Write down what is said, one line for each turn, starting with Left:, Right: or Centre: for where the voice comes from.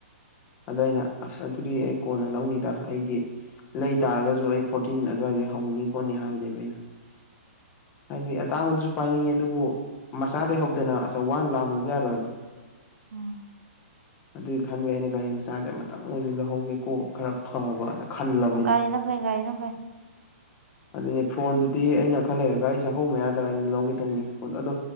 Left: ꯑꯗꯨ ꯑꯩꯅ ꯑꯁ ꯑꯗꯨꯗꯤ ꯑꯩ ꯀꯣꯟꯅ ꯂꯧꯅꯤꯗ ꯑꯩꯒꯤ ꯂꯩ ꯇꯥꯔꯒꯁꯨ ꯑꯩ ꯐꯣꯔꯇꯤꯟ ꯑꯗꯨꯋꯥꯏꯗ ꯍꯧꯅꯤ ꯈꯣꯠꯅꯤ ꯍꯥꯏꯔꯝꯕꯅꯦꯕ ꯑꯩꯅ ꯍꯥꯏꯗꯤ ꯑꯇꯥꯡꯕꯗꯨꯁꯨ ꯄꯥꯏꯅꯤꯡꯉꯦ ꯑꯗꯨꯕꯨ ꯃꯆꯥꯗꯒꯤ ꯍꯧꯗꯅ ꯑꯆꯧꯕ ꯍꯥꯟꯅ ꯂꯥꯝꯃꯨꯕ ꯌꯥꯔꯣꯏꯕ
Right: ꯎꯝ
Left: ꯑꯗꯨꯒꯤ ꯈꯟꯕ ꯑꯩꯅ ꯒꯥꯔꯤ ꯃꯆꯥꯁꯦ ꯑꯃꯇꯪ ꯑꯣꯏꯁꯨ ꯂꯧꯍꯧꯒꯦꯀꯣ ꯈꯔ ꯐꯕꯅ ꯈꯜꯂꯕ ꯑꯩꯅ
Right: ꯒꯥꯔꯤꯅ ꯐꯩ ꯒꯥꯔꯤꯅ ꯐꯩ
Left: ꯑꯗꯨꯅꯦ ꯐꯣꯟꯗꯨꯗꯤ ꯑꯩꯅ ꯈꯜꯂꯦ ꯒꯥꯔꯤ ꯆꯥꯛꯀꯧꯕ ꯃꯌꯥꯗ ꯑꯩꯅ ꯂꯧꯒꯦ ꯇꯧꯅꯤ ꯑꯗꯣ